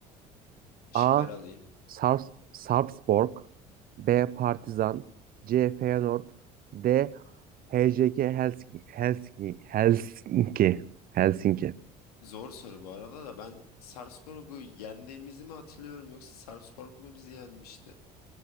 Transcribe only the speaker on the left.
Şıkları
alayım.
Zor soru bu arada da ben Sarpsborg'u yendiğimizi mi hatırlıyorum yoksa Sarpsborg mu bizi yenmişti?